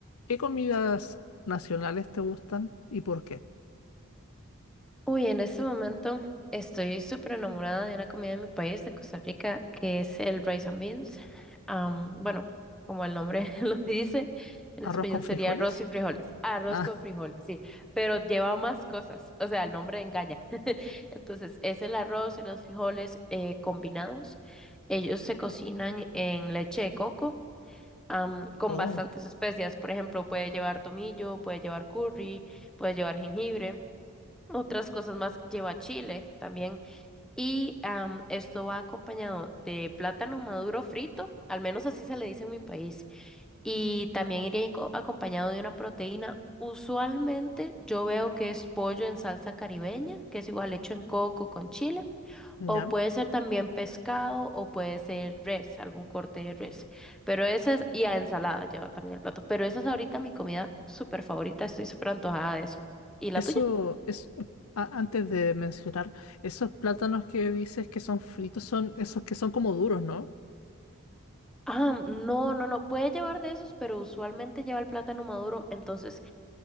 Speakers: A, on the left; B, in the centre.
A: ¿Qué comidas nacionales te gustan y por qué?
B: Uy, en este momento estoy súper enamorada de una comida de mi país, de Costa Rica, que es el rice and beans. Am, bueno, como el nombre <laughs> lo dice, en
A: ¿Arroz
B: español
A: con frijoles?
B: sería arroz y frijoles. Arroz
A: Ah,
B: con frijoles, sí, pero lleva más cosas, o sea, el nombre engaña. <laughs> Entonces, es el arroz y los frijoles eh, combinados. Ellos se cocinan en leche de coco. am, con
A: <laughs> oh,
B: bastantes especias, por ejemplo, puede llevar tomillo, puede llevar curry, puede llevar jengibre. Otras cosas más lleva chile también. Y am, esto va acompañado de plátano maduro frito, al menos así se le dice en mi país. Y también iría inco- acompañado de una proteína. Usualmente yo veo que es pollo en salsa caribeña, que es igual hecho en coco con chile.
A: ya.
B: O puede ser también pescado o puede ser res, algún corte de res. Pero esa es, y a ensalada lleva también el plato. Pero esa es ahorita mi comida súper favorita, estoy súper antojada de eso. ¿Y la
A: Eso
B: tuya?
A: es, a- antes de mencionar, esos plátanos que dices que son fritos son esos que son como duros, ¿no?
B: Ah, no, no, no, puede llevar de esos, pero usualmente lleva el plátano maduro, entonces